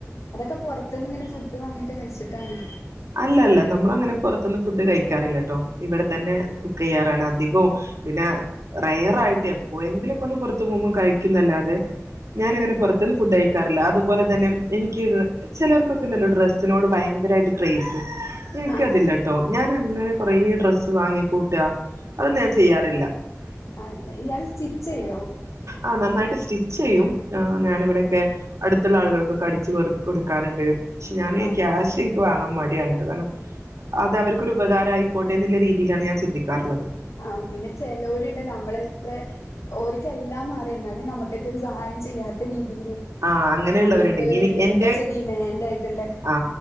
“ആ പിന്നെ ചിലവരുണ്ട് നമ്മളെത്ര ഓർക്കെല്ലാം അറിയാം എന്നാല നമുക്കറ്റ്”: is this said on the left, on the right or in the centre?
Left